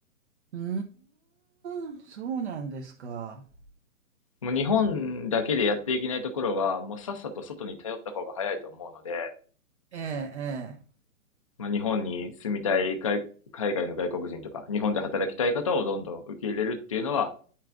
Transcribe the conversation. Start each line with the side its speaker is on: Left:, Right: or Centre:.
Right: うーん、そうなんですか。
Left: もう日本だけでやっていけないところはもうさっさと外に頼った方が早いと思うので、
Right: ええ、え
Left: まあ、日本に住みたい海、海外の外国人とか、日本で働きたい方をどんどん受け入れるっていうのは